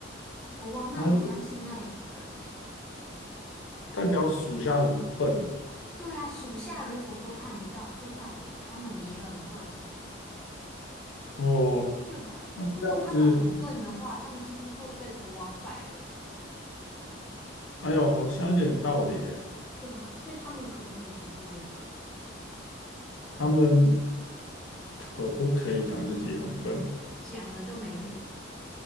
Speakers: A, in the centre; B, on the left (about 85°).
A: 国王那么相信那两个人呢、
B: 他。代表属下很笨
A: 对啊，属下如果说看不到，就代表他们也很笨，
B: 哦。
A: 对吧？
B: 那这样子，
A: 如果他们很笨的话，他们是不是会被国王 fire，
B: 哎呦，好像有点道理耶。
A: 对吧？所以他们可不可以讲自己很笨？
B: 他们可不可以讲自己很笨？
A: 讲了就没命，